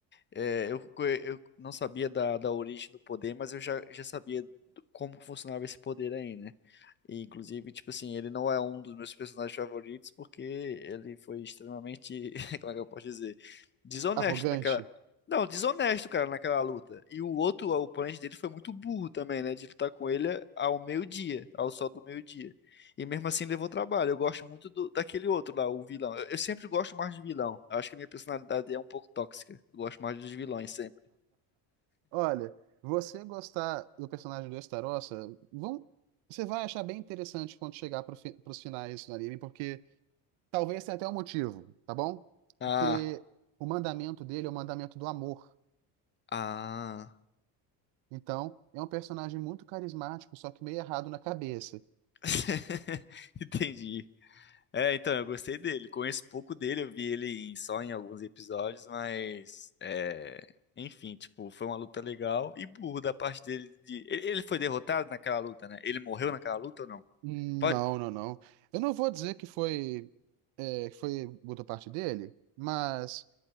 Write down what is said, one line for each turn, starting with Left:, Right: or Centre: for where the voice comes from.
Left: É, eu, eu não sabia da, da origem do poder, mas eu já, já sabia do- como funcionava esse poder aí, né? E, inclusive, tipo assim, ele não é um dos meus personagens favoritos porque ele foi extremamente, <laughs> como é que eu posso dizer? Desonesto
Right: Arrogante.
Left: naquela. Não, desonesto, cara, naquela luta. E o outro, o oponente dele foi muito burro também, né? De lutar com ele ao meio-dia, ao sol do meio-dia. E mesmo assim levou trabalho. Eu gosto muito do- daquele outro lá, o vilão. Eu, eu sempre gosto mais de vilão. Eu acho que a minha personalidade é um pouco tóxica. Eu gosto mais dos vilões sempre.
Right: Olha, você gostar do personagem do Estarossa, vão, você vai achar bem interessante quando chegar pro fi, pros finais do anime, porque talvez tenha até um motivo, tá bom?
Left: Ah,
Right: Porque o mandamento dele é o mandamento do amor.
Left: ah.
Right: Então, é um personagem muito carismático, só que meio errado na cabeça.
Left: <laughs> Entendi. É, então, eu gostei dele. Conheço pouco dele, eu vi ele em- só em alguns episódios, mas. É... Enfim, tipo, foi uma luta legal e burro da parte dele de. Ele, ele foi derrotado naquela luta, né? Ele morreu naquela luta ou não?
Right: Não,
Left: Pode.
Right: não, não. Eu não vou dizer que foi, é, que foi boa parte dele, mas,